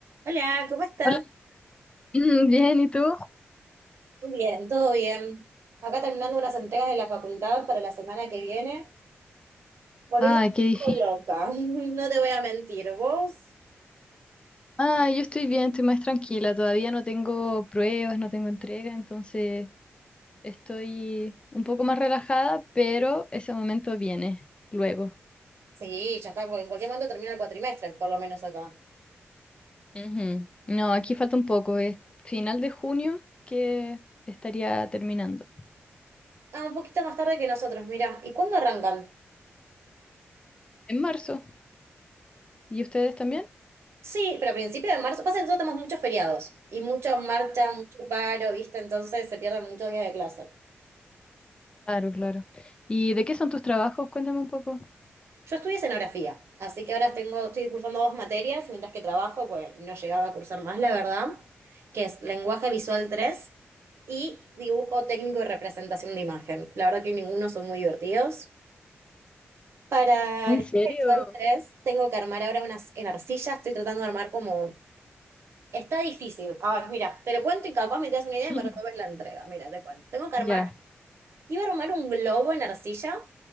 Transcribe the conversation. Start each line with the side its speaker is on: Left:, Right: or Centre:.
Right: Hola, ¿cómo estás?
Left: Hola, <clears throat> bien, ¿y tú?
Right: Muy Bien, todo bien. Acá terminando unas entregas de la facultad para la semana que viene, volviendo
Left: Ay,
Right: un
Left: qué difícil.
Right: poco loca, <laughs> no te voy a mentir, ¿vos?
Left: Ah, yo estoy bien, estoy más tranquila, todavía no tengo pruebas, no tengo entrega, entonces estoy un poco más relajada, pero ese momento viene luego.
Right: Sí, ya está, porque en cualquier momento termina el cuatrimestre, por lo menos acá.
Left: Ujú. No, aquí falta un poco, es final de junio que estaría terminando.
Right: Ah, un poquito más tarde que nosotros, mirá. ¿Y cuándo arrancan?
Left: En marzo, ¿y ustedes también?
Right: Sí, pero a principios de marzo, pasa que nosotros tenemos muchos feriados y mucha marcha, mucho paro, ¿viste? Entonces se pierden muchos días de clase.
Left: Claro, claro. ¿Y de qué son tus trabajos? Cuéntame un poco.
Right: Yo estudié escenografía, así que ahora tengo, estoy cursando dos materias mientras que trabajo, pues no llegaba a cursar más, la verdad, que es lenguaje visual 3 y dibujo técnico y representación de imagen. La verdad que ninguno son muy divertidos. Para
Left: ¿En
Right: lenguaje
Left: serio?
Right: visual 3 tengo que armar ahora unas en arcilla, estoy tratando de armar como... Está difícil. Ay, mira, te lo cuento y capaz me das una idea
Left: <laughs>
Right: y me resuelves la entrega. Mira, te cuento. Tengo que
Left: Ya.
Right: armar Iba a armar un globo en arcilla.